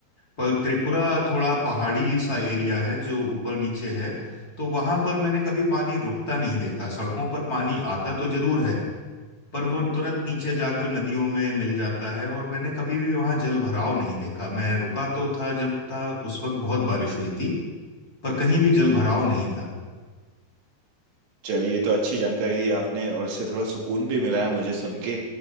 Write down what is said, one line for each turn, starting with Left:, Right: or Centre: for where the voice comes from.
Left: पर त्रिपुरा थोड़ा पहाड़ी सा एरिया है जो ऊपर नीचे है तो वहां पर मैंने कभी पानी रुकता नहीं देखा सड़कों पर पानी आता तो जरूर है पर वो तुरंत नीचे जाकर नदियों में मिल जाता है और मैंने कभी भी वहां जल भराव नहीं देखा मैं रुका तो था जब था उस वक्त बहुत बारिश हुई थी पर कहीं भी जल भराव नहीं था
Right: चलिए ये तो अच्छी जानकारी दी आपने और इससे थोड़ा सुकून भी मिला है मुझे सुन के